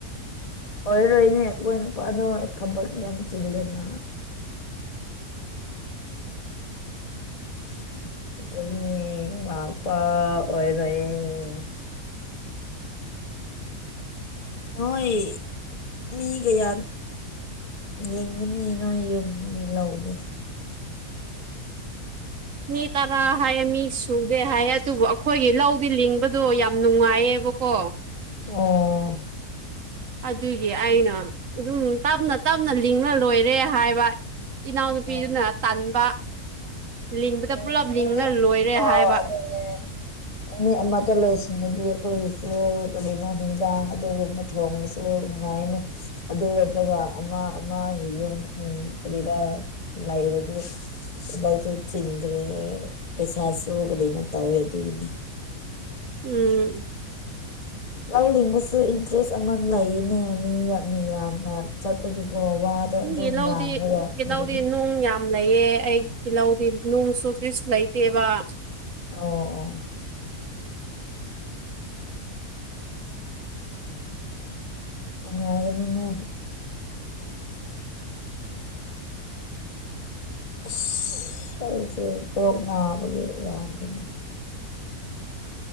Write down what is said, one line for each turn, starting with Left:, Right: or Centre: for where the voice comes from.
Left: ꯑꯣꯏꯔꯣꯏꯅꯦ ꯑꯩꯈꯣꯏ ꯅꯨꯄꯥꯗꯣ ꯊꯕꯛ ꯌꯥꯝ ꯆꯤꯜꯂꯦꯃ <inaudible> ꯑꯗꯒꯤ ꯃꯄꯥ ꯑꯣꯏꯔꯣꯏꯌꯦ ꯅꯣꯏ ꯃꯤ ꯒꯌꯥ ꯂꯤꯡꯒꯅꯤ ꯅꯣꯏ ꯌꯨꯝ ꯃꯤ ꯂꯧꯗꯣ
Right: ꯃꯤ ꯇꯔꯥ ꯍꯥꯏꯌꯦ ꯃꯤ ꯁꯨꯗꯦ ꯍꯥꯏꯌꯦ ꯑꯗꯨꯕꯨ ꯑꯩꯈꯣꯏꯒꯤ ꯂꯧꯗꯤ ꯂꯤꯡꯕꯗꯣ ꯌꯥꯝ ꯅꯨꯡꯉꯥꯏꯌꯦ ꯀꯣ
Left: ꯑꯣ
Right: ꯑꯗꯨꯒꯤ ꯑꯩꯅ ꯑꯗꯨꯝ ꯇꯞꯅ ꯇꯞꯅ ꯂꯤꯡꯉꯥ ꯂꯣꯏꯔꯦ ꯍꯥꯏꯕ ꯏꯅꯥꯎꯅꯨꯄꯤꯗꯨꯅ
Left: ꯑꯣ
Right: ꯇꯟꯕ ꯂꯤꯡꯕꯗ
Left: ꯎꯝ
Right: ꯄꯨꯂꯞ
Left: ꯑꯗꯨꯝꯅꯤꯛ
Right: ꯂꯤꯡꯂ ꯂꯣꯏꯔꯦ
Left: ꯑꯥꯎ
Right: ꯍꯥꯏꯕ
Left: ꯑꯗꯨꯅꯦ ꯅꯨꯃꯤꯠ ꯑꯃꯗ ꯂꯣꯏꯁꯤꯟ ꯗꯤ ꯑꯩꯈꯣꯏꯒꯤꯁꯨ ꯀꯔꯤꯅꯣ ꯍꯤꯟꯖꯥꯡ ꯑꯗꯨꯒꯨꯝꯕ ꯊꯣꯡꯉꯁꯨ ꯅꯨꯡꯉꯥꯏꯅꯤ ꯑꯗꯨ ꯑꯗꯨ ꯑꯣꯏꯗ꯭ꯔꯒ ꯅꯠꯇ꯭ꯔꯒ ꯑꯃ ꯑꯃꯒꯤ ꯌꯨꯝ ꯎꯝ ꯀꯔꯤꯔꯥ ꯂꯩꯔꯗꯤ ꯊꯕꯛꯁꯨ ꯆꯤꯟꯒ꯭ꯔꯦ ꯄꯩꯁꯥꯁꯨ ꯒꯔꯤꯅꯣ ꯇꯧꯋꯦ ꯑꯗꯨꯒꯤꯅꯦ
Right: ꯎꯝ
Left: ꯂꯧꯂꯤꯡꯕꯁꯨ ꯏꯟꯇꯔꯦꯁ ꯑꯃ ꯂꯩꯅꯦ ꯃꯤ ꯃꯤ ꯌꯥꯝꯅ ꯆꯠꯄꯒꯤ ꯑꯣ ꯋꯥꯗꯣ
Right: ꯃꯤꯒꯤ
Left: ꯑꯗꯨꯝ
Right: ꯂꯧꯗꯤ
Left: ꯉꯥꯡꯔꯒ
Right: ꯃꯤꯒꯤ
Left: ꯂꯩꯕꯒꯤ
Right: ꯂꯧꯗꯤ ꯅꯨꯡ ꯌꯥꯝ ꯂꯩꯌꯦ ꯑꯩꯒꯤ ꯂꯧꯗꯤ ꯅꯨꯡꯁꯨ ꯀ꯭ꯔꯤꯁ ꯂꯩꯇꯦꯕ
Left: ꯑꯣꯑꯣ ꯅꯨꯡꯉꯥꯏꯒꯅꯤꯅꯨ ꯑꯁ ꯑꯩꯖꯦ ꯀꯣꯛ ꯅꯥꯕꯒꯤ ꯌꯥꯗ꯭ꯔꯅꯦ